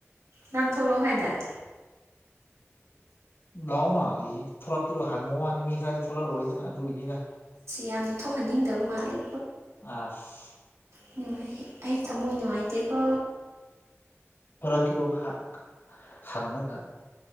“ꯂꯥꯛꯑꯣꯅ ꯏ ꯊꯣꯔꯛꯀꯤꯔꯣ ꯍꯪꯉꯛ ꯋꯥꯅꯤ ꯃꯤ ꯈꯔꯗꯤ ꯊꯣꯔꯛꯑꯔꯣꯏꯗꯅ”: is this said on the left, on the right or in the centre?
Left